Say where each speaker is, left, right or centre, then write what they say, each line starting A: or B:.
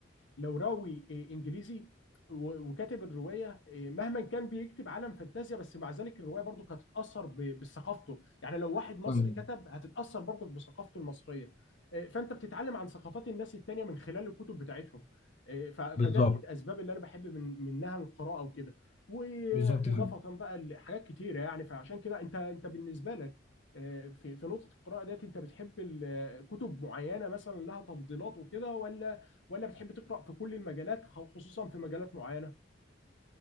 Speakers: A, on the left; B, on the left.
A: لو راوي انجليزي و- وكاتب الروايه إيه، مهما كان بيكتب عالم فانتازيا بس مع ذلك الروايه برضو هتتاثر ب- بثقافته يعني لو واحد مصري
B: ايوه
A: كتب هتتاثر برضو بثقافته المصريه إيه، فانت بتتعلم عن ثقافات الناس التانيه من خلال الكتب بتاعتهم إيه، ف- فده
B: بالظبط
A: من الاسباب اللي انا بحب من منها القراءه وكده واضافه
B: بالظبط كده
A: بقى لحاجات كتيره يعني فعشان كده انت انت بالنسبه لك في في نقطة القراءة ديت انت بتحب ال- كتب معينة مثلا لها تفضيلات وكده ولا ولا بتحب تقرأ في كل المجالات خ- خصوصا في مجالات معينة؟